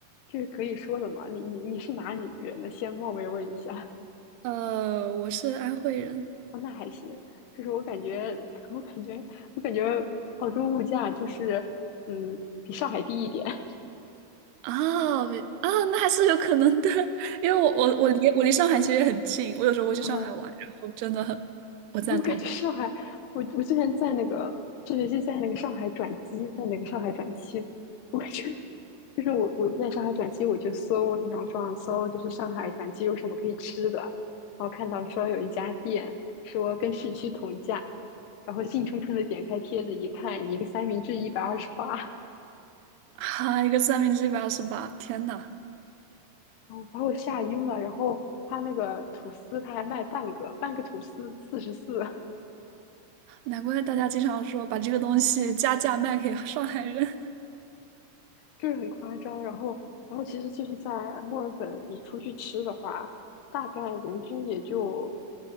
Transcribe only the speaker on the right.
呃，我是安徽人
啊比啊，那还是有可能的，<laughs> 因为我我我离我离上海其实也很近，我有时候会去上海玩，
然后真的很我赞同
啊，一个三明治一百二十八，天呐！
难怪大家经常说把这个东西加价卖给上海人。